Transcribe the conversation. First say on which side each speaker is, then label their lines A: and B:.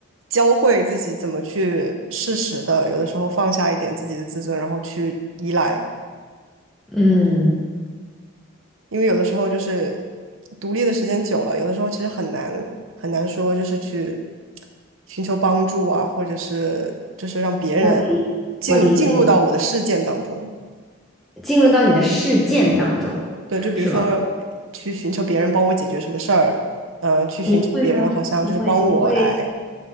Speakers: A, on the right; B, in the centre.
A: 教会自己怎么去适时的，有的时候放下一点自己的自尊，然后去依赖，
B: 嗯，
A: 因为有的时候就是独立的时间久了，有的时候其实很难很难说就是去寻求帮助啊，或者是就是让别人
B: 我
A: 进进入到我的事件当中。
B: 我理解，进入到你的事件当中，
A: 对，
B: <laughs>
A: 就比如说
B: 是吗？
A: 去寻求别人帮我解决什么事儿，呃，去寻求别人好像就是帮我来
B: 你会吗？你会，你会，